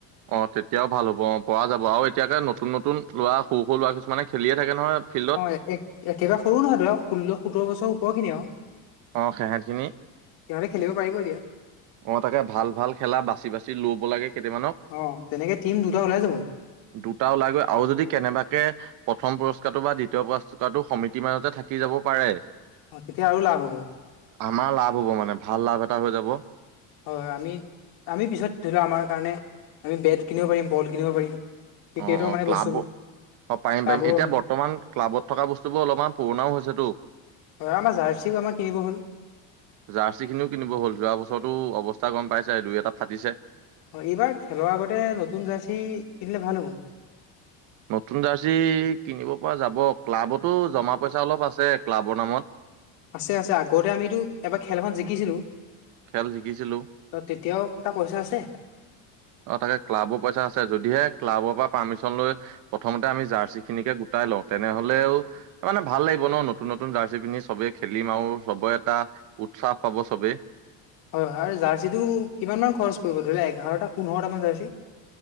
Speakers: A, on the right; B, on the left.
A: অ তেতিয়াও ভাল হ'ব অ পৰা যাব আও এতিয়াকে নতুন নতুন ল'ৰা সৰু সৰু লৰা কিছুমানে খেলিয়ে থাকে নহয়। ফিল্ডত
B: অ একেবাৰে সৰু নহয় ধৰক ষোল্ল সোতৰ বছৰ ওপৰ খিনি আও।
A: অ সেহেতখিনি
B: সিহঁতে খেলিব পাৰিব দিয়া।
A: অ তাকে ভাল ভাল খেলা বাচি বাচি লোব লাগে কেইটামানক।
B: অ তেনেকে টিম দুটা ওলাই যাব
A: দুটা ওলাইগৈ আৰু যদি কেনেবাকে প্ৰথম পুৰস্কাৰটো বা দ্বিতীয় পুৰস্কাৰটো সমিতি মাজতে থাকি যাব পাৰে।
B: অ তেতিয়া আৰু লাভ হ'ব।
A: আমাৰ লাভ হ'ব মানে ভাল লাভ এটা হৈ যাব।
B: হয় হয় আমি আমি পিছত ধৰি লও আমাৰ কাৰণে আমি বেট কিনিব পাৰিম, বল কিনিব পাৰিম। ক্ৰিকেটৰ
A: অ অ
B: মানে
A: ক্লাব
B: বস্তুবোৰ
A: অ পাৰিম
B: টাবৰো
A: পাৰিম এতিয়া
B: হয়
A: বৰ্তমান ক্লাবত থকা বস্তু বোৰ অলপমান পুৰণাও হৈছেতো।
B: হয় আমাৰ জাৰ্চিও আমাৰ কিনিব হ'ল।
A: জাৰ্চি খিনিও কিনিব হ'ল যোৱা বছৰৰতো অৱস্থা গম পাইছে দুই এটাত ফাটিছে।
B: হয় এইবাৰ খেলৰ আগতে নতুন জাৰ্চি কিনিলে ভাল হ'ব।
A: নতুন জাৰ্চি কিনিব পৰা যাব ক্লাবতো জমা পইচা অলপ আছে ক্লাবৰ নামত
B: আছে আছে আগতে আমিতো এবাৰ খেল এখন জিকিছিলো
A: খেল যিকিছিলো
B: ত তেতিয়াওটা পইচা আছে
A: অ তাকে ক্লাবৰ পইচা আছে যদিহে ক্লাবৰ পৰা পাৰ্মিশচন লৈ প্ৰথমতে আমি জাৰ্চি খিনিকে গোটাই লওঁ তেনেহলেও মানে ভাল লাগিব ন নতুন নতুন জাৰ্চি পিন্ধি চবে খেলিম আৰু চবৰে এটা উৎসাহ পাব চবে।
B: হয় হয় আৰু জাৰ্চিটো কিমান মান খৰচ পৰিব ধৰি লোৱা এঘাৰটা পোন্ধৰটামান জাৰ্চি।